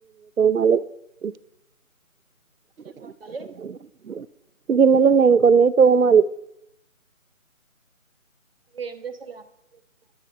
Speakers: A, on the right (about 75°); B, on the right (about 45°).
A: మళ <unintelligible>
B: ఏం వండాలి
A: గిన్నెలు ఉన్నాయి కొన్ని తోమాలి
B: ఏం చేసాలి ఇగ